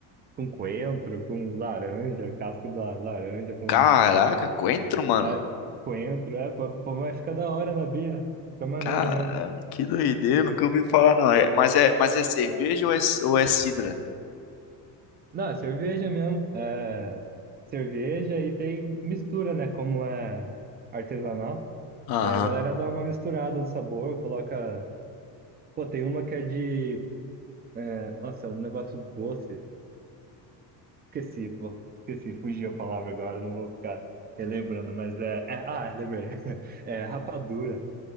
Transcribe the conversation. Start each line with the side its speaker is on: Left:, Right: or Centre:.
Right: com coentro, com laranja, casca de la- laranja, com
Left: Caraca, coentro, mano.
Right: é, coentro, é, pô, pô, mas fica da hora na birra, fica maneiro
Left: Cara,
Right: mesmo.
Left: que doideira, nunca ouvi falar não. É, mas é, mas é cerveja ou é, ou é sidra?
Right: Não, é cerveja mesmo, é cerveja e tem mistura, né, como é artesanal.
Left: Aham.
Right: Aí a galera dá uma misturada no sabor, coloca. Pô, tem uma que é de. É... Nossa, é um negócio doce. Esqueci, pô. Esqueci, fugiu a palavra agora, não vou ficar relembrando, mas é. é... Ah, lembrei. <laughs> É rapadura.